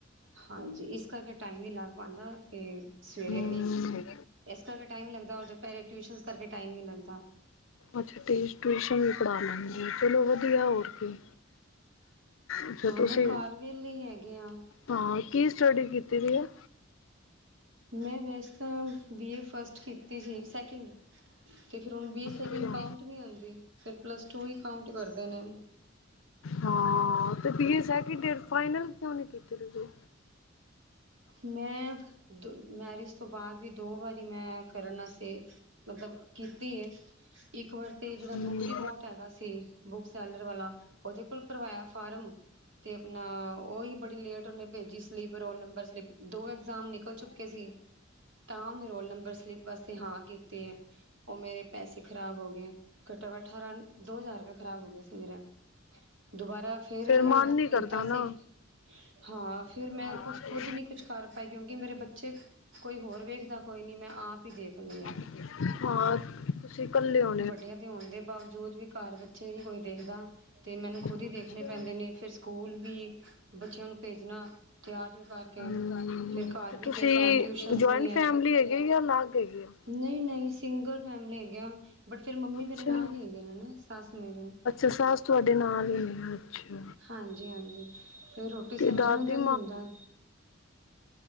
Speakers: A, on the right; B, on the left.
A: ਹਾਂਜੀ, ਇਸ ਕਰਕੇ ਟਾਈਮ ਨੀ ਲੱਗ ਪਾਉਦਾ ਤੇ ਸਵੇਰੇ
B: ਹਮ
A: ਇਸ ਕਰਕੇ ਟਾਈਮ ਨੀ ਲੱਗਦਾ ਔਰ ਦੁਪਹਿਰੇ ਟਿਊਸ਼ਨਸ ਕਰਕੇ ਟਾਈਮ ਨੀ ਲੱਗਦਾ।
B: ਅੱਛਾ, ਟਿਊਸ਼ਨ ਵੀ ਪੜ੍ਹਾ ਲੈਣਗੇ ਚਲੋ ਵਧੀਆ ਹੋਰ ਕੀ ਅੱਛਾ
A: ਹਾਂ
B: ਤੁਸੀਂ
A: ਘਰ ਵੇਲੇ ਹੀ ਹੈਗੇ ਆ।
B: ਹਾਂ, ਕੀ ਸਟੱਡੀ ਕੀਤੀ ਦੀ ਹੈ
A: ਮੈਂ ਵੈਸ ਤਾਂ ਬੀ ਏ ਫਸਟ ਕੀਤੀ ਸੀ ਸੈਕਿੰਡ, ਅਤੇ ਫਿਰ ਉਹੁਨੂੰ ਬੀ ਏ ਸੈਕਿੰਡ
B: ਅੱਛਾ
A: ਕਾਊਂਟ ਨਹੀਂ ਆਉਂਦੀ ਫਿਰ ਪਲੱਸ ਟੂ ਵੀ ਕਾਊਂਟ ਕਰਦੇ ਨੇ।
B: ਹਾਂ ਤੇ B A second year, final ਕਿੳ ਨਈ ਕੀਤੀ ਤੁਸੀਂ?
A: ਮੈਂ ਦ ਮੈਰਿਜ ਤੋਂ ਬਾਅਦ ਵੀ ਦੋ ਵਾਰੀ ਮੈਂ ਕਰਨਾ ਸੀ, ਮਤਲਬ ਕੀਤੀ ਹੈ ਇੱਕ ਵਾਰ ਤੇ ਜਿਹੜਾ
B: ਹੂੰ।
A: ਬੁੱਕ ਡਿਪੋਟ ਹੈਗਾ ਸੀ ਬੁਕ ਸੈਲਰ ਵਾਲਾ, ਉਹਦੇ ਕੋਲ ਭਰਵਾਇਆ ਫਾਰਮ ਅਤੇ ਆਪਣਾ ਉਹਹੀ ਬੜੀ ਲੇਟ ਉਹਨੇ ਭੇਜੀ, ਸਲੀਿਪ ਰੋਲ ਨੰਬਰ ਸਲੀਪ ਦੋ ਐਗਜ਼ਾਮ ਨਿਕਲ ਚੁੱਕੇ ਸੀ, ਤਾਂ ਉਹਨੇ ਰੋਲ ਨੰਬਰ ਸਲਿੱਪ ਵਾਸਤੇ ਹਾਂ ਕੀਤੇ ਹੈ, ਉਹ ਮੇਰੇ ਪੈਸੇ ਖ਼ਰਾਬ ਹੋ ਗਏ। ਘਟੋ ਘਟ ਅਠਾਰਾਂ ਦੋ ਹਜ਼ਾਰੁਪਏ ਖਰਾਬ ਹੋ ਗਏ ਸੀ ਮੇਰੇ ਦੁਬਾਰਾ ਫੇਰ
B: ਮਨ ਨੀ
A: ਕੀਤਾ
B: ਕਰਦਾ
A: ਸੀ,
B: ਨਾ।
A: ਹਾਂ ਫਿਰ ਮੈਂ
B: ਹਾਂ,
A: ਕੁਛ ਖੁਦ ਨਹੀਂ ਕੁਛ ਕਰ ਪਾਈ ਕਿਉਂਕਿ ਮੇਰੇ ਬੱਚੇ, ਕੋਈ ਹੋਰ ਵੇਖਦਾ ਕੋਈ ਨਹੀਂ ਮੈਂ ਆਪ ਹੀ ਦੇਖਦੀ ਹਾਂ।
B: <unintelligible> ਹਾਂ- ਤੁਸੀ ਕੱਲੇ ਓ!
A: ਵੱਡੀਆਂ ਦੇ ਹੁੰਦੇ ਬਾਵਜੂਦ ਵੀ ਘਰ ਬੱਚੇ ਨਹੀਂ ਕੋਈ ਦੇਖਦਾ, ਤੇ ਮੈਨੂੰ ਖੁਦ ਹੀ
B: ਅੱਛਾ।
A: ਦੇਖਣੇ ਪੈਂਦੇ ਨੇ ਫਿਰ ਸਕੂਲ ਵੀ ਬੱਚਿਆਂ ਨੂੰ ਭੇਜਣਾ, ਤਿਆਰ ਕਰਕੇ,,
B: ਹੂੰ
A: ਫਿਰ ਘਰ
B: ਤੇ
A: ਵੀ
B: ਤੁਸੀਂ
A: ਦੇਖਣਾ ਟਿਊਸ਼ਨਸ
B: ਜੁਆਇੰਟ
A: ਵੀ ਹੈ!
B: ਫੈਮਿਲੀ ਹੈਗੇ ਜਾਂ ਅਲੱਗ ਹੈਗੇ ਹੋ?
A: ਨਹੀਂ ਨਹੀਂ ਸਿੰਗਲ ਫੈਮਲੀ ਹੈਗੇ ਆ, ਬਟ ਫਿਰ ਮੰਮੀ
B: ਅੱਛਾ।
A: ਮੇਰੇ ਨਾਲ ਹੀ ਹੈਗੇ ਨੇ ਹੈ ਨਾ ਸੱਸ ਮੇਰੇ
B: ਸੱਸ ਤੁਹਾਡੇ ਨਾਲ ਹੀ ਨੇ, ਅੱਛਾ!
A: ਹਾਂਜੀ ਹਾਂਜੀ ਫਿਰ,,,, ਰੋਟੀ ਸਬਜ਼ੀ
B: ਤੇ ਦਾਦੀ
A: ਨੂੰ ਦਾ
B: ਮਾਂ,,,,
A: ਵੀ ਹੁੰਦਾ